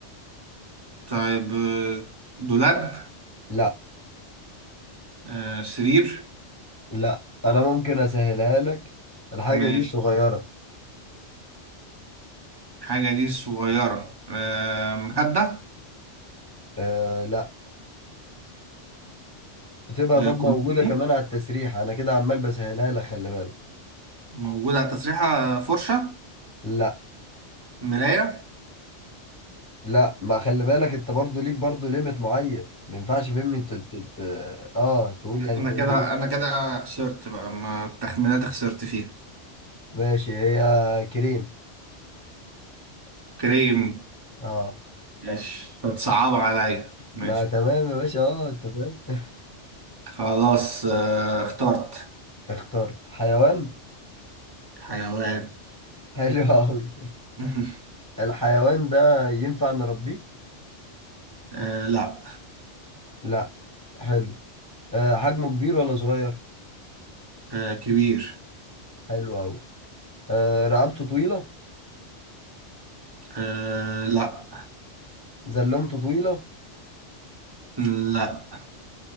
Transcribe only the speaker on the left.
لا
لا انا ممكن اسهلها لك الحاجه
دي صغيره
آه لا بتبقى
طب
موجوده كمان على التسريح انا كده عمال بسهلها لك خلي بالك
لا
لا ما خلي بالك انت برضو ليك برضو ليميت معين ما ينفعش فهمني انت ت- ت- اه تقول يعني
فهمني
ايه
ماشي هي كريم
اه
ما تمام يا باشا اه انت فاهم <laughs>
اخترت حيوان
حلو قوي <laughs>
الحيوان ده ينفع نربيه
لا حلو آه حجمه كبير ولا صغير
حلو قوي آه رقبته طويلة
زلمته طويلة